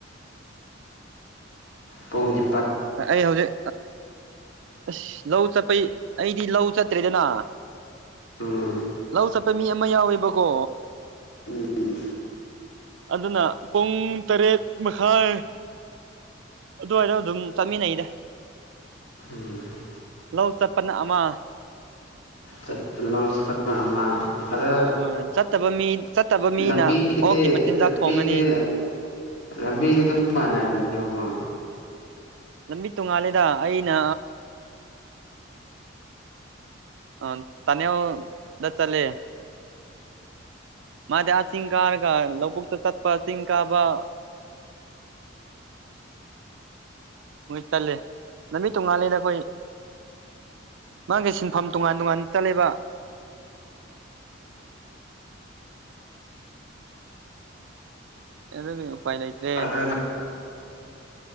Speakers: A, on the right; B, on the left.
A: <inaudible>
B: ꯄꯥꯎꯅꯤ
A: ꯑꯩ ꯍꯧꯖꯤꯛ ꯑꯁ ꯂꯧ ꯆꯠꯄꯩ ꯑꯩꯗꯤ ꯂꯧ ꯆꯠꯇ꯭ꯔꯦꯗꯅ
B: ꯎꯝ
A: ꯂꯧ ꯆꯠꯄ ꯃꯤ ꯑꯃ ꯌꯥꯎꯋꯦꯕꯀꯣ
B: ꯎꯝ
A: ꯑꯗꯨꯅ ꯄꯨꯡ ꯇꯔꯦꯠ ꯃꯈꯥꯏ ꯑꯗꯨꯏꯗ ꯑꯗꯨꯝ ꯆꯠꯃꯤꯟꯅꯩꯗ
B: ꯎꯝ
A: ꯂꯧ ꯆꯠꯄꯅ ꯑꯃ
B: ꯆꯠꯄ ꯂꯧ ꯆꯠꯄꯅ ꯑꯃ ꯑꯗ
A: ꯍꯣꯏ ꯆꯠꯇꯕ ꯃꯤ ꯆꯠꯇꯕ ꯃꯤꯅ
B: ꯂꯝꯕꯤꯗꯤ
A: ꯑꯣꯛꯀꯤ ꯃꯆꯤꯟꯖꯥꯛ ꯊꯣꯡꯒꯅꯤ
B: ꯂꯝꯕꯤꯗꯤ ꯂꯝꯕꯤꯗꯨ ꯑꯗꯨꯝ ꯃꯥꯟꯅꯔꯤꯅꯦꯕꯕꯥ
A: ꯂꯝꯕꯤ ꯇꯣꯡꯉꯥꯂꯦꯗ ꯑꯩꯅ ꯑ ꯇꯅꯦ ꯆꯂꯦ ꯃꯥꯗꯤꯌꯥꯁꯤꯡꯤꯡ ꯀꯥꯔꯒ ꯂꯣꯛ ꯁꯠꯄꯜ ꯀꯕꯥ ꯆꯜꯂꯦ ꯅꯨꯃꯤꯠ ꯇꯣꯡꯉꯥꯜꯂꯤꯗ ꯑꯩꯈꯣꯏ ꯃꯥꯒꯤ ꯁꯤꯟꯐꯝ ꯇꯣꯉꯥꯟ ꯇꯣꯉꯥꯟ ꯆꯠꯂꯤꯦꯕ ꯑꯦ ꯑꯦꯗꯣ ꯎꯄꯥꯏ ꯂꯩꯥꯏꯇꯦ
B: ꯑꯗꯨꯅ